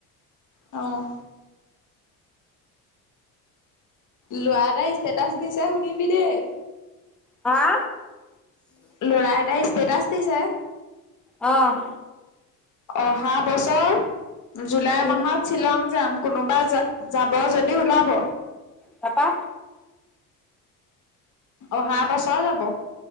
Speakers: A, on the left; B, in the centre.
A: অ'। ল'ৰা এটাই ষ্টেটাচ দিছে শুনিবি দেই।
B: হা
A: ল'ৰা এটাই ষ্টেটাচ দিছে।
B: অ'।
A: অহা বছৰ জুলাই
B: উম
A: মাহত শ্বিলং যাম কোনোবা যা যাব যদি ওলাব।
B: তাপা।
A: অহা বছৰ যাব।